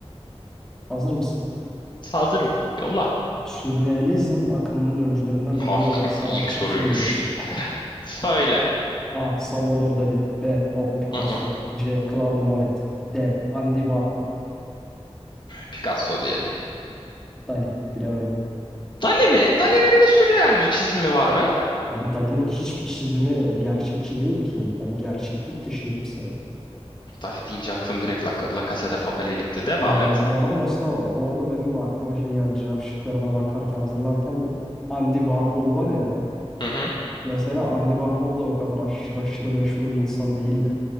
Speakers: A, in the centre; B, on the left (about 45°).
A: Hazır mısın?
B: Hazırım. Yolla.
A: Sürrealizm akımının öncülerinden
B: <laughs> Hakikaten
A: biri olan sanatçı
B: ilk soruymuş.
A: kimdir?
B: Söyle.
A: <laughs> A. Salvador Dali B. Pablo Picasso
B: Hı hı.
A: C. Claude Monet D. Andy Warhol
B: Picasso diyelim.
A: Dali bilemedim.
B: Dali mi? Dali'nin ne sürreal çizimi var be?
A: Abi Dali'nin hiçbir çizimi gerçekçi değil ki. Yani gerçeklik dışı hepsi.
B: Dali deyince aklım direkt La, La Casa de Papel'e gitti. Devam
A: Ee,
B: et.
A: bu arada mesela orada benim de aklıma şey geldi. Cevap şıklarına bakarken hazırlarken Andy Warhol var ya.
B: Hı hı.
A: Mesela Andy Warhol da o kadar aşırı aşırı meşhur bir insan değildir.